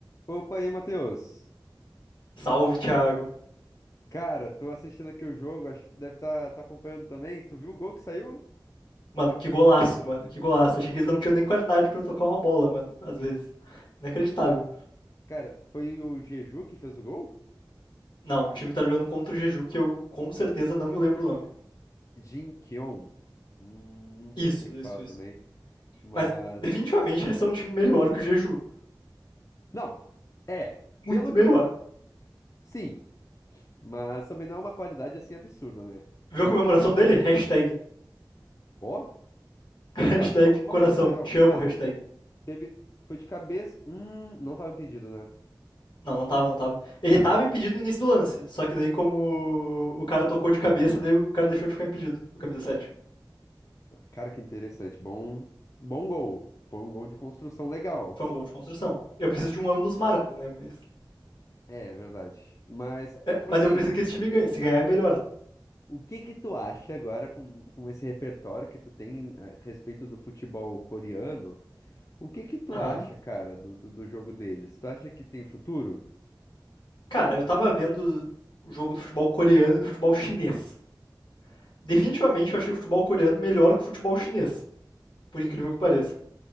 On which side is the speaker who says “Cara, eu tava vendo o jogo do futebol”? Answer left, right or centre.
Left